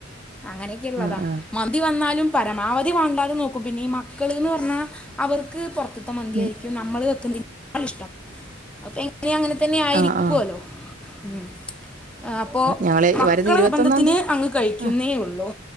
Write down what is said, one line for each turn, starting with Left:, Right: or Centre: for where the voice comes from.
Centre: അങ്ങനൊ ക്കിള്ളത
Right: ആഹ് ആഹ് ആഹ് ആഹ്
Centre: മന്തി വന്നാലും പരമാവധി വാണ്ടാതെ നോക്കും പിന്നെ ഈ മ ക്കള് എന്ന് പറഞ്ഞാ അവർക്ക് പൊറത്ത്ത്തെ മന്തിയായിരിക്കും
Right: ഉം
Centre: നമ്മള് വെക്കുന്നതേക്കാൾ ഇഷ്ടം. അപ്പൊ <unintelligible> അങ്ങനെ തന്നെ ആയിരിക്കുവല്ലോ
Right: ആഹ് ആഹ്
Centre: ഉം. ആഹ് അപ്പോ
Right: ഞങ്ങള്
Centre: മക്കളെ
Right: വരുന്ന ഇരുപത്തൊന്നാം
Centre: നിർബന്ധത്തിന്
Right: തീയതി
Centre: അങ്ങ് കഴിക്കുന്നേ
Right: ആഹ്
Centre: ഉള്ളു.